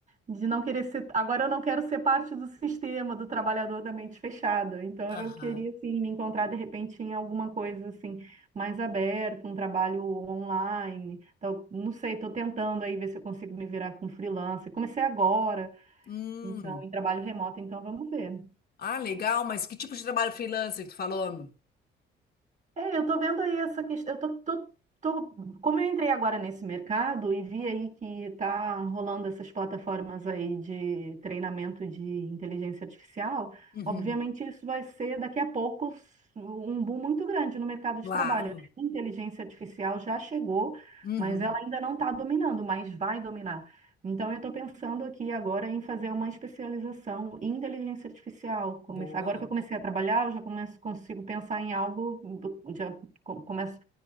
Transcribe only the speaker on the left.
Aham.
Hum.
Ah, legal, mas que tipo de trabalho freelancer que tu falou?
Uhum.
Claro.
Uhum.
Boa.